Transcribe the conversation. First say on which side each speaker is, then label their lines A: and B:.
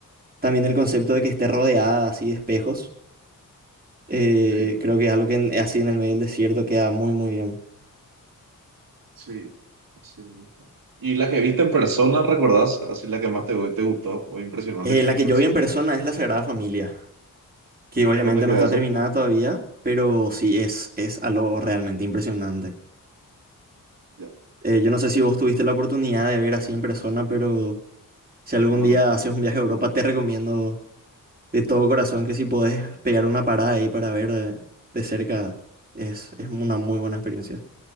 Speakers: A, on the right; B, on the right.
A: También el concepto de que esté rodeada así de espejos, eh,
B: Sí.
A: creo que es algo que en- así en el medio del desierto queda muy, muy bien.
B: Sí, sí mismo. ¿Y la que viste en persona, recordás? Así la que más te, te gustó o impresionante
A: Eh,
B: que-
A: la
B: en
A: que
B: persona.
A: yo vi en persona es la Sagrada Familia. que obviamente
B: ¿Dónde queda
A: no está
B: eso?
A: terminada todavía, pero sí es, es algo realmente impresionante.
B: Ya,
A: Eh, yo no sé si vos tuviste la oportunidad de ver así en persona, pero si algún
B: no,
A: día
B: no todo.
A: haces un viaje a Europa, te recomiendo de todo corazón que si podés pegar una parada ahí para ver eh, de cerca, es, es una muy buena experiencia.